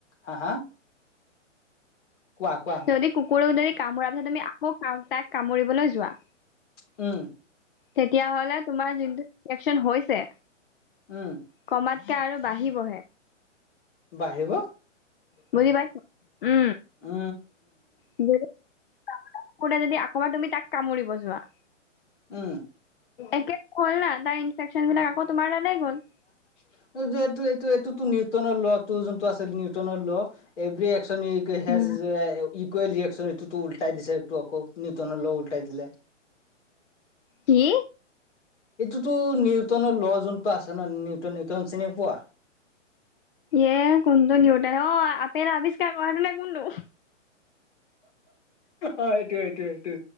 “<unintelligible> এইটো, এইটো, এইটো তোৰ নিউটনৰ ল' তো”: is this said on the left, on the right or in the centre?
Left